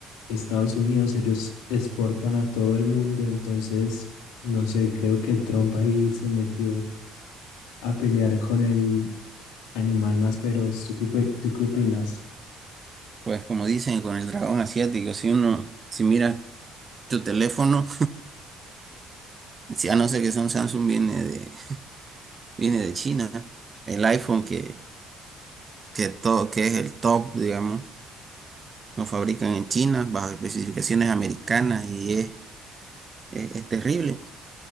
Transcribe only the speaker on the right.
Pues como dicen con el dragón asiático, si uno, si mira tu teléfono, <laughs> si a no ser que son Samsung, viene de, viene de China. El iPhone que, que todo, que es el top, digamos, lo fabrican en China bajo especificaciones americanas y es, es es terrible.